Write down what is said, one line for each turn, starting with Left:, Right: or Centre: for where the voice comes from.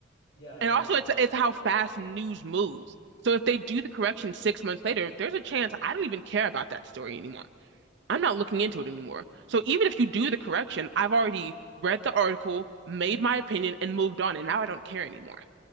Left: Yeah. I
Right: and
Left: mean,
Right: also it's
Left: yeah,
Right: it's how fast news moves. So if they do the correction six months later, there's a chance I don't even care about that story anymore. I'm not looking into it anymore. So even if you do the correction, I've already read the article, made my opinion, and moved on, and now I don't care anymore.